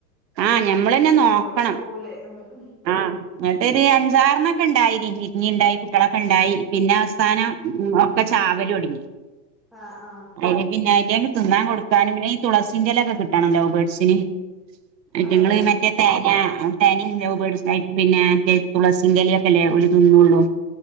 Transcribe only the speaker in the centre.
ഓല് പോവൂലേ ഉം ഉം
ആഹ് ആഹ്
അതെ